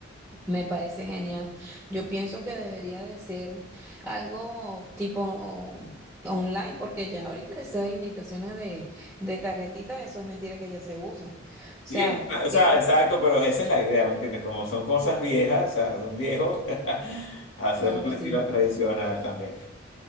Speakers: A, in the centre; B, on the left (about 80°).
A: Me parece genial. Yo pienso que debería de ser algo tipo o- online, porque ya ahorita esas invitaciones de, de tarjetita, eso es mentira que ya se usan. O sea,
B: Sí, es- o sea,
A: que,
B: exacto, pero esa es la idea, ¿me entiendes? Como son cosas viejas, o sea, de un viejo, <laughs> hacerlo
A: oh,
B: en
A: sí.
B: estilo tradicional también.